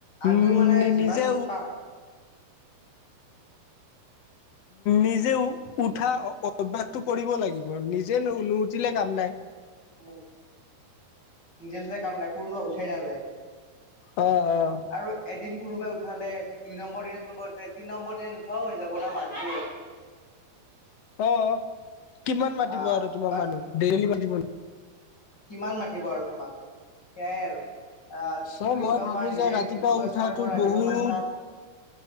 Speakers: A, on the left; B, on the left.
A: আমিও
B: উম
A: মানে যিমান
B: নিজে
A: পা
B: নিজে উঠা অভ্যাসটো কৰিব লাগিব নিজে নু <unintelligible> কাম নাই।
A: উম, নিজে চতে কাম নাই কোনো উঠাই নাযায়।
B: অহ-অহ।
A: আৰু এদিন কোনোবাই উঠালে দুই নম্বৰ দনে কোনোবাই উঠে তিনি নম্বৰ দিন উঠাও হৈ যাব ন মানুহটো
B: অ', কিমান মাতিব
A: আহ
B: আৰু তোমাক
A: বাট
B: মানুহ দেইলি মাতিব
A: কিমান মাতিব আৰু তোমাক সেয়াই আৰু আহ,
B: চ'
A: তুমি
B: মই
A: যিমান
B: ভাবো
A: পাৰা নিজে
B: যে ৰাতিপুৱা
A: উঠিব চেষ্টা
B: উঠাটো
A: কৰিব ৰাতিপুৱা
B: বহুত
A: পাঁচটাত